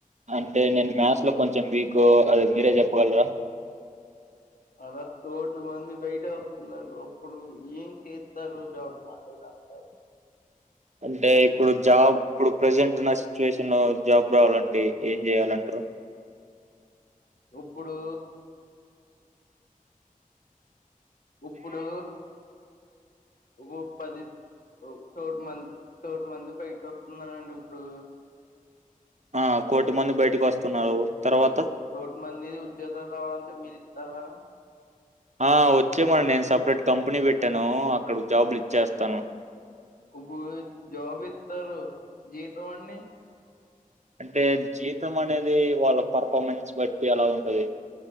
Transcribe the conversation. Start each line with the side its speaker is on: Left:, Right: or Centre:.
Right: అంటే నేను మ్యాథ్స్ లో కొంచెం వీక్ అది మీరే చెప్పగలరా.
Left: అరకోటి మంది బయట వస్తున్నారు అప్పుడు ఏం చేత్తారు జాబ్ <unintelligible>
Right: బ్లాంక్ అంటే ఇప్పుడు జాబ్ ఇప్పుడు ప్రెసెంట్ ఉన్న సిచ్యువేషన్ న్న జాబ్ కావాలంటే ఏం చేయలంటరు.
Left: ఇప్పుడూ ఇప్పుడూ ఉ పది ఓ కోటి మంది కోటి మంది బయట వత్తున్నరండి ఇప్పుడు
Right: ఆ కోటి మంది బయటకు వస్తున్నారు తర్వాత
Left: కోటి మంది ఉద్యోగాలు రావు అంతా మీరు ఇత్తారా
Right: ఆ వచ్చే మనండి నేను సపరేట్ కంపెనీ పెట్టాను. అక్కడ జాబ్లు ఇచ్చేస్తాను.
Left: ఇప్పుడూ జాబు ఇత్తారు. జీతం అండి.
Right: అంటే జీతం అనేది, వాళ్ళ పెర్ఫార్మెన్సు బట్టి అలా ఉంటది.